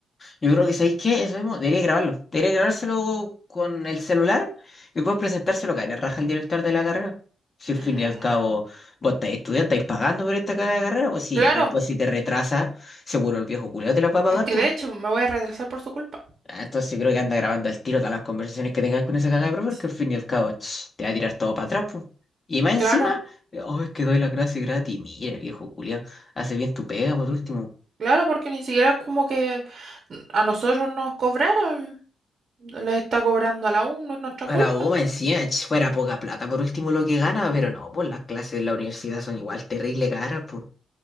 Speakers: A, on the left (about 35°); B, on the right (about 50°).
A: Yo creo que ¿sabéis qué? Eso mismo, debería grabarlo. Debería grabárselo con el celular y después presentárselo acá. Le raja el director de la carrera. Si
B: Mm,
A: al fin y al cabo vos estáis estudiando, estáis pagando por esta caga de carrera, pues sí,
B: claro,
A: después si te retrasa, seguro el viejo culiao te la va a pagar,
B: es que
A: ¿pues?
B: de hecho me voy a retrasar por su culpa.
A: Ah, entonces yo creo que anda grabando al tiro todas las conversaciones que tengas con esa cagada de profe,
B: Sí.
A: porque al fin y al cabo ch, te va a tirar todo para atrás, pues. Y más encima,
B: Claro,
A: oh, es que doy la clase gratis. Mira, viejo culiao, hace bien tu pega por último.
B: claro, porque ni siquiera como que a nosotros nos cobraron, les está cobrando a la U, no es nuestra
A: A
B: culpa.
A: la U encima, ch, fuera poca plata por último lo que gana, pero no, pues las clases en la universidad son igual terrible caras, pues.